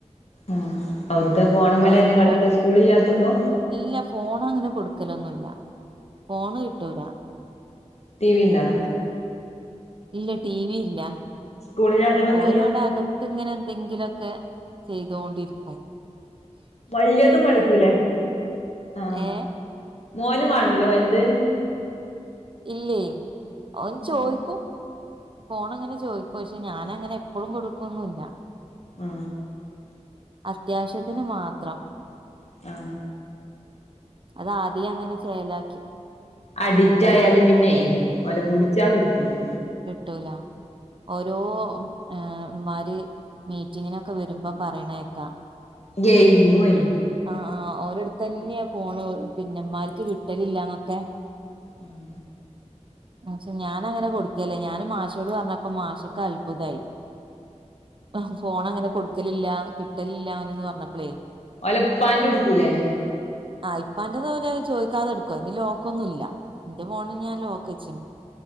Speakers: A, on the left; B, on the right.
A: ആഹ് അവിടുത്തെ ഫോണുമ്മേലെന്നെ
B: ചെലപ്പോ
A: കളിക്ക സ്കൂളില്ലാത്തുമ്പോ
B: ഇല്ല ഫോൺ അങ്ങനെ കൊടുക്കലൊന്നുല്ല ഫോണ് കിട്ടൂല്ല
A: ടിവി ണ്ടാ
B: ഇല്ല ടിവി ഇല്ല
A: സ്കൂളില്ലാത്തപ്പോ എന്താ
B: ഓരിവിടെ
A: ചെയ്യാ
B: അകത്ങ്ങനെ എന്തെങ്കിലോക്കെ ചെയ്തോണ്ടിരിക്കും
A: വല്യതും കളിക്കൂലേ ആ
B: ഏ
A: മോനും കാണൂലേ വൽത്
B: ഇല്ലേ ഓൻ
A: ഉം
B: ചോയ്ക്കും ഫോണങ്ങനെ ചോയ്ക്കും പക്ഷേ ഞാനങ്ങനെ എപ്പഴും കൊടുക്കോന്നുല്ല
A: ആ
B: അത്യാവശ്യത്തിന് മാത്രം
A: ആ
B: അത് ആദ്യയേ അങ്ങനെ ചേലാ
A: അഡിക്റ്റ് ആയാൽ പിന്നെ ഓലെ പിടിച്ചാ കിട്ടൂല
B: ട്ടൂല ഓരോ ആ മ്മാര് മീറ്റിംഗിന് ഒക്കെ വരുമ്പോൾ പറയണ കേൾക്കാം
A: ഗയിമ്മോ എ
B: ആ ഓരടുത്ത് തന്നെയാ ഫോണ് പിന്നെ ഇവൻമാർക്ക് കിട്ടണില്ലാന്നെക്കെ
A: ഉം
B: പക്ഷെ ഞാൻ അങ്ങനെ കൊടു ക്കേല്ല ഞാനും മാഷിനോട് പറഞ്ഞപ്പോൾ മാഷിക്ക് അത്ഭുതം ആയി ഹഹ് ഫേണങ്ങനെ കൊടുക്കലില്ലാ കിട്ടലില്ലാ എന്നു പറഞ്ഞപ്പോഴേ
A: ഓളെ ഉപ്പാൻ്റെ എടുക്കൂലേ
B: ആ ഉപ്പാൻ്റെ അവര് ചോദിക്കാതെ എടുക്കും അതിൽ ലോക്ക് ഒന്നും ഇല്ലാ എൻ്റെ ഫോൺ ഞാൻ ലോക്ക് ക്ക്ച്ച് ണ്